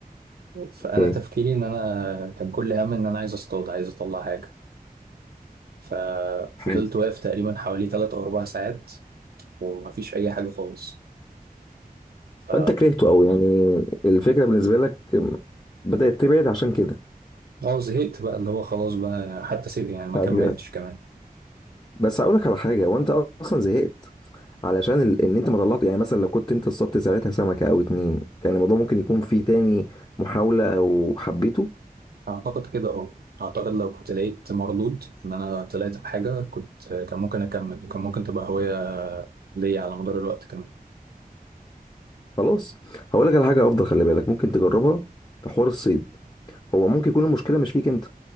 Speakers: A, on the right (about 80°); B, on the left (about 25°).
A: فانا
B: اوكي
A: تفكيري ان انا كان كل همي ان انا عايز اصطاد عايز اطلع حاجة ففضلت
B: حلو
A: واقف تقريبا حوالي تلات أو أربع ساعات ومفيش أي حاجة خالص ف
B: فانت كرهته قوي يعني الفكره بالنسبه لك أم، بدات تبعد عشان كده
A: اه زهقت بقى اللي هو خلاص بقى حتى سيب يعني ما
B: <laughs> أيوة.
A: كملتش كمان
B: بس هقول لك على حاجه وانت اصلا زهقت علشان ال... ان انت ما طلعت يعني مثلا لو كنت انت اصطدت ساعتها سمكه او اتنين كان الموضوع ممكن يكون فيه تاني محاوله او حبيته
A: أعتقد كده اه أعتقد لو كنت لقيت مردود إن أنا طلعت بحاجة كنت كان ممكن أكمل وكان ممكن تبقى هواية ليا على مدار الوقت كمان
B: خلاص هقول لك على حاجه افضل خلي بالك ممكن تجربها في حوار الصيد هو ممكن يكون المشكله مش فيك انت